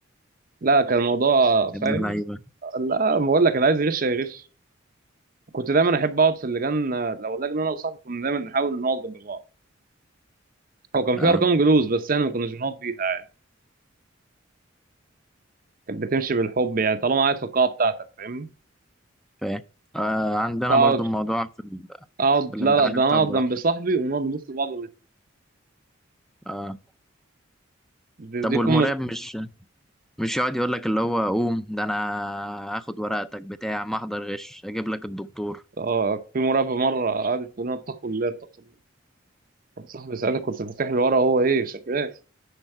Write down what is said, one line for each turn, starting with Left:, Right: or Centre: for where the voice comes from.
Right: لا كان الموضوع فاهم
Centre: يا ابن اللعيبة
Right: لا بقول لك اللي عايز يغش هيغش كنت دايما احب اقعد في اللجان لو اللجنه انا وصاحبي كنا دايما نحاول نقعد جنب بعض هو كان في
Centre: اه
Right: ارقام جلوس بس احنا ما كناش بنقعد بيها عادي كانت بتمشي بالحب يعني طالما قاعد في القاعه بتاعتك فاهمني
Centre: فاهم آه. عندنا
Right: فاقعد
Centre: برضه الموضوع في, ال...
Right: اقعد
Centre: في الامتحانات
Right: لا لا ده انا
Centre: طب
Right: اقعد
Centre: براحتك
Right: جنب صاحبي ونقعد نبص لبعض ون-
Centre: اه
Right: دي,
Centre: طب
Right: دي
Centre: والمراقب
Right: قمه
Centre: مش مش يقعد يقول لك اللي هو قوم ده انا هاخد ورقتك بتاع ما احضر غش اجيب لك الدكتور
Right: اه في مراقبه مره قعدت تقول لنا اتقوا الله اتقوا الله كان صاحبي ساعتها كنت فاتح له ورا هو ايه شغال